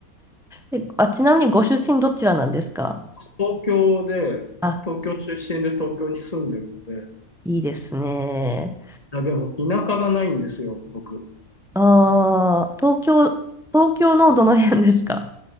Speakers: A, in the centre; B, on the left.
A: え、あ、ちなみにご出身どちらなんですか
B: 東京で、
A: あ、
B: 東京出身で東京に住んでるので、
A: いいですね。
B: いやでも田舎がないんですよ、僕。
A: ああ、東京、東京のどの辺ですか